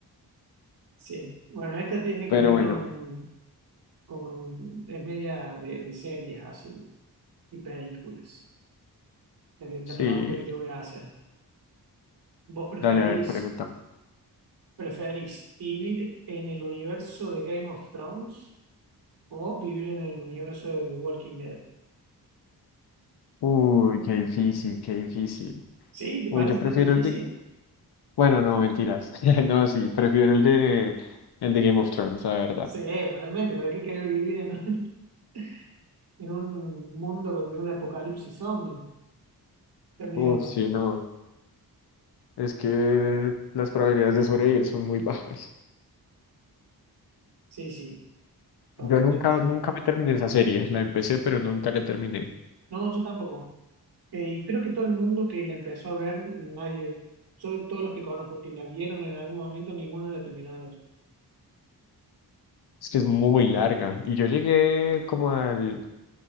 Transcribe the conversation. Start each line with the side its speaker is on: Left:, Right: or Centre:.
Right: Sí, bueno, esta tiene
Left: Pero
Right: que ver
Left: bueno,
Right: con, con es media de, de series así y películas. La, que- la
Left: sí.
Right: pregunta que te voy a hacer. ¿Vos preferís,
Left: Dale, a ver, pregunta.
Right: preferís vivir en el universo de Game of Thrones? o vivir en el universo de The Walking Dead.
Left: Uy, qué difícil, qué difícil.
Right: Sí, ¿te
Left: Uy,
Right: parece
Left: yo prefiero
Right: tan difícil?
Left: el de... Bueno, no, mentiras. <laughs> No, sí, prefiero el de... El de Game of Thrones, la verdad.
Right: Sí, totalmente. ¿Para qué querés vivir en un, <laughs> en un mundo de un apocalipsis zombie? Está medio-
Left: Uf, sí, no. Es que las probabilidades de sobrevivir son muy bajas.
Right: Sí, sí, totalmente.
Left: Yo nunca, nunca me terminé esa serie. La empecé, pero nunca la terminé.
Right: No, yo tampoco. Eh, y creo que todo el mundo que la empezó a ver, nadie, yo de todos los que conozco que la vieron en algún momento, ninguno la terminó de ver.
Left: Es que es muy larga. Y yo llegué como al,